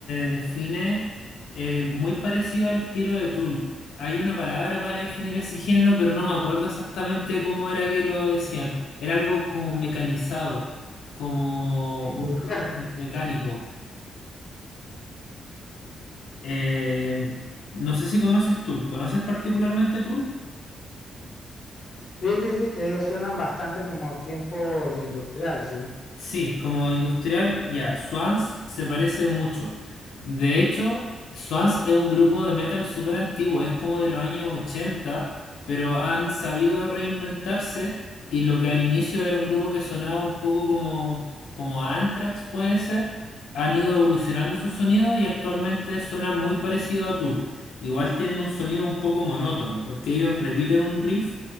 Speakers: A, on the left; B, on the left.
A: define eh, muy parecido al estilo de Tool. Hay una palabra para definir ese género, pero no me acuerdo exactamente cómo era que lo decían. Era algo como mecanizado, como
B: Industrial.
A: un rock me- mecánico. Em, no sé si conoces Tool. ¿Conoces particularmente Tool?
B: Sí, sí, sí, que ellos suenan bastante como tiempo de industrial, sí.
A: Sí, como industrial, ya, Swans se parece mucho. De hecho, Swans es un grupo de metal súper antiguo, es como de los años 80, pero han sabido reinventarse y lo que al inicio era un grupo que sonaba un poco como, como Anthrax, puede ser, han ido evolucionando su sonido y actualmente suenan muy parecido a Tool. Igual tienen un sonido un poco monótono, porque ellos repiten un riff,